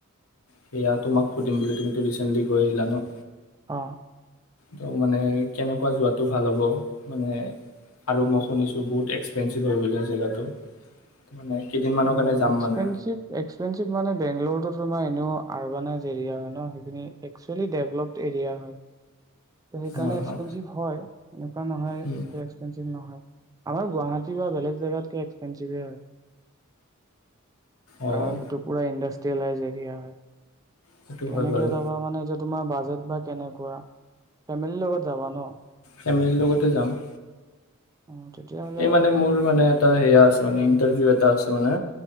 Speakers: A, on the left; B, on the right.
A: সেয়া তোমাক সুধিম বুলি তুমিতো ৰিচেণ্টলি গৈ আহিলা ন।
B: অ
A: ত মানে কেনেকুৱা যোৱাতটো ভাল হ'ব মানে আৰু মই শুনিছোঁ বহুত এক্সপেঞ্চিভ হৈ হয় বোলে জেগাটো। মানে কেইদিনমানৰ
B: অ
A: কাৰণে যাম
B: এক্সপেিভ
A: মানে।
B: এক্সপেিভ মানে বেংলৰ নএৰিয়া হয় ন সেইখিন একচ্ছোৱালী দেভলপ এৰিয়া হয়। সেইকাৰণে
A: অ',
B: এক্সপেঞ্চিভ
A: অ',
B: হয় এনেকুৱা নহয়
A: উম,
B: এক্সপেঞ্চিভ নহয় আমাৰ গুৱাহাটীৰ বা বেলেগ জেগাতকে এক্সপেঞ্চিভেই হয়
A: অ',
B: কাৰণ সেইটো পুৰা ইণ্ডাষ্ট্ৰিয়েলাইজ এৰিয়া হয়
A: সেইটো
B: কেনেকে
A: হয় বাৰু।
B: যাবা মানে যত তোমাৰ বাজেট বা কেনেকুৱা ফেমিলিৰ লগত যাবা ন
A: ফেমিলিৰ লগতে যাম
B: অ তেতিয়াহ'লে
A: এই মানে মোৰ মানে এটা হেয়া আছে মান ইণ্টাৰভিউ এটা আছে মানে।